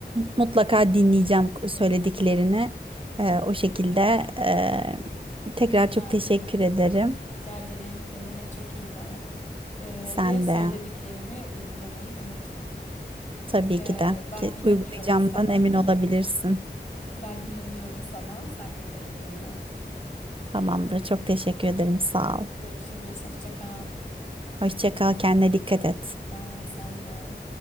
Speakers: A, on the right; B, on the left.
A: mutlaka dinleyeceğim söylediklerini. Ee, o şekilde ee, tekrar
B: Rica
A: çok teşekkür
B: ederim.
A: ederim.
B: Rica ederim. Kendine çok iyi bak. Ee,
A: Sen
B: ve söylediklerimi
A: de
B: uygulamayı unutma.
A: tabii
B: Ee,
A: ki de
B: ben
A: ki
B: inanıyorum
A: uygulayacağımdan
B: sana.
A: emin olabilirsin.
B: <laughs> Ben inanıyorum sana. Sen de kendine inan.
A: Tamamdır. Çok teşekkür ederim. Sağ ol.
B: Görüşürüz. Hoşça kal.
A: Hoşça kal. Kendine dikkat et.
B: Sağ ol. Sen de.